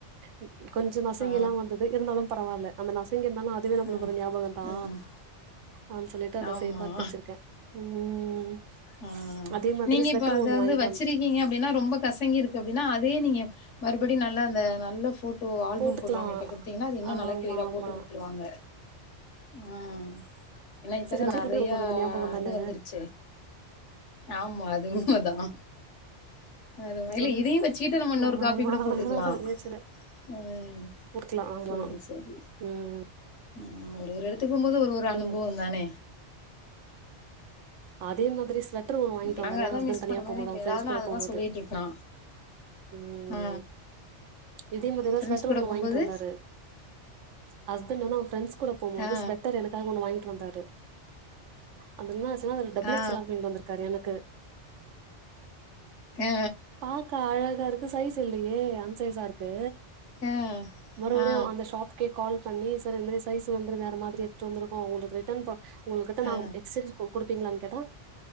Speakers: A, on the right (about 85°); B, on the left (about 85°).
A: உம் கொஞ்சோ நசங்கி
B: ஆ,
A: எல்லா வந்தது இருந்தாலு பரவால்ல அந்த நசங்கி இருந்தாலு அதுவே நம்மளுக்கு
B: அ,
A: ஒரு ஞாபகோ தா
B: ம்.
A: ஆ சொல்லிட்டு அத
B: ஆமா.
A: செய் பாத்து வச்சிருக்கே ம்
B: ஆ
A: அதே மாதிரி
B: நீங்க
A: ஸ்வெட்டர்
B: இப்போ அத
A: ஒண்ணு
B: வந்து
A: வாங்கிட்டு
B: வச்சிரி
A: வந்
B: கிங்க அப்டின்னா ரொம்ப கசங்கி இருக்கு அப்டின்னா அதே நீங்க மறுபடி நல்ல அந்த நல்ல போ ட்டோ ஆல்பம்
A: போட்டுக்கலா
B: போடுறவங்களிட்ட குடுத்தீங்கன்னா அது இன்னு
A: ஆமா
B: நல்லா கிளியரா
A: ஆமா
B: போட்டு குடுத்துருவாங்க ம் ஏன்னா இப்பதா
A: சரி
B: நெறைய
A: ஞாபகந்தான
B: இது வந்துருச்சே ஆமா அது
A: ம்
B: உண்மதா அதுமா
A: சொல்லு
B: இல்ல இதையு வச்சுகிட்ட நம்ம இன்னோரு
A: ஆமா
B: காப்பி கூட போட்டுக்கலா
A: அதனாலதா அப்டியே வச்சிருக்கே
B: <unintelligible>
A: போட்டுக்கலா ஆமா
B: சேரி செரி
A: ம்
B: ம் ஒரு ஒரு எடத்துக்கு போபோது ஒரு ஒரு அனுபவோ
A: ம்
B: தானே
A: அதே மாதிரி ஸ்வட்டரு ஒண்ண வாங்கிட்டு வந்தாரு
B: நாங்க
A: ஏ
B: அதா
A: ஹஸ்பண்ட்
B: மிஸ்
A: தனியா
B: பண்றோமேன்னு
A: போமோது
B: இப்ப
A: அவ்ங்க
B: ஏதாவதுனா
A: ஃப்ரெண்ட்ஸ் கூட
B: அததா
A: போ போது
B: சொல்லிட்டு இருப்பா
A: ம்
B: ஆ
A: இதே மாரிதா
B: ஃப்ரெண்ட்ஸ்
A: ஸ்வட்டரு
B: கூட
A: ஒண்ணு
B: போம்போது
A: வாங்கிட்டு வந்தாரு ஹஸ்பண்ட் வந்து அவுங்க ஃப்ரண்ட்ஸ்ஸு கூட போபோது
B: ஆ
A: ஸ்ட்டர் எனக் காக ஒன்னு வாங்கிட்டு வந்தாரு அது என்ன ஆச்சுனா அதுல டபுள்
B: ஆ ஆ
A: எக்ஸ் எல் லா வாங்கிட்டு வந்திருக்காரு எனக்கு
B: ஆ
A: பாக்க அழகா இருக்கு சைஸ்ஸு இல்லையே அன்சைசா இருக் கு
B: ஆ
A: மறுபடியு
B: ஆ
A: அந்த ஷாப் கே கால் பண்ணி சார் இந்தமாரி சைஸ் வந்து வேற மாதிரி எடுத்ட்டு வந்துருக்கோ உங்களுக்கு ரிட்டர்ன் பண் உங்களுக்கு ரிட்டன்
B: ஆ
A: ஆவு எக்சேஞ்ச் குடுப்பீங்களனு கேட்டா